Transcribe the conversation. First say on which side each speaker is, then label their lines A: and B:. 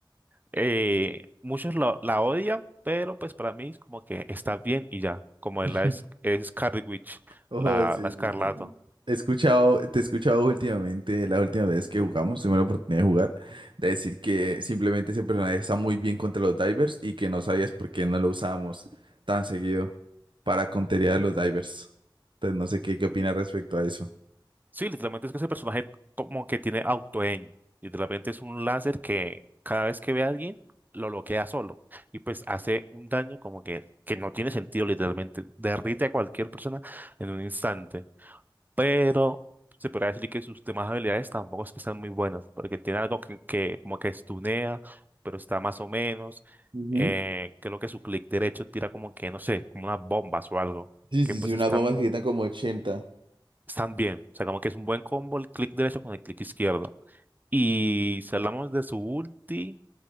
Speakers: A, on the right; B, on the right.
A: Eh, muchos la, la odian, pero pues para mí es como que está bien y ya, como
B: <laughs>
A: es la es, es Scarlet Witch,
B: Oh,
A: la,
B: sí,
A: la Escarlata.
B: sí, sí. He escuchado, te he escuchado últimamente, la última vez que jugamos, tuve la oportunidad de jugar, de decir que simplemente ese personaje está muy bien contra los divers y que no sabías por qué no lo usábamos tan seguido para contería a los divers. Entonces no sé qué, qué opinas respecto a eso.
A: Sí, literalmente es que ese personaje como que tiene auto-aim. Literalmente es un láser que cada vez que ve a alguien lo bloquea solo y pues hace un daño como que, que no tiene sentido, literalmente derrite a cualquier persona en un instante. pero se podría decir que sus demás habilidades tampoco es que sean muy buenas, porque tiene algo que, que como que estunea, pero está más o menos.
B: Ujú.
A: Eh, creo que su clic derecho tira como que, no sé, como unas bombas o algo,
B: Sí,
A: que
B: sí,
A: pues
B: sí, unas
A: están,
B: bombas que quitan como 80.
A: están bien. O sea, como que es un buen combo el clic derecho con el clic izquierdo. Y si hablamos de su ulti,